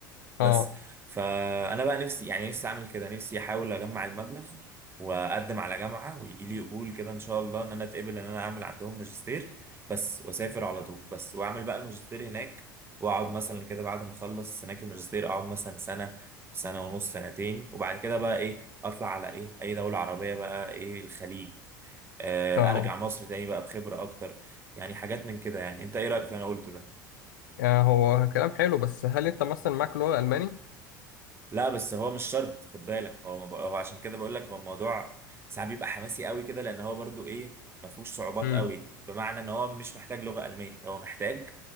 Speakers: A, on the right (about 20°); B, on the left (about 65°).
A: بس
B: اه
A: فانا بقى نفسي يعني نفسي اعمل كده نفسي احاول اجمع المبلغ واقدم على جامعه ويجي لي قبول كده ان شاء الله ان انا اتقبل ان انا اعمل عندهم ماجستير بس واسافر على طول بس واعمل بقى الماجستير هناك واقعد مثلا كده بعد ما اخلص هناك الماجستير اقعد مثلا سنه سنه ونص سنتين وبعد كده بقى ايه اطلع على ايه اي دوله عربيه بقى ايه الخليج آه،
B: اه
A: ارجع مصر تاني بقى بخبره اكتر يعني حاجات من كده يعني انت ايه رايك في اللي انا قلته ده
B: يعني هو كلام حلو بس هل انت مثلا معاك لغه الماني
A: لا بس هو مش شرط خد بالك هو ما بق- هو عشان كده بقول لك هو الموضوع ساعات بيبقى حماسي قوي كده لان هو برضو ايه ما فيهوش صعوبات
B: امم
A: قوي بمعنى ان هو مش محتاج لغة الماني هو محتاج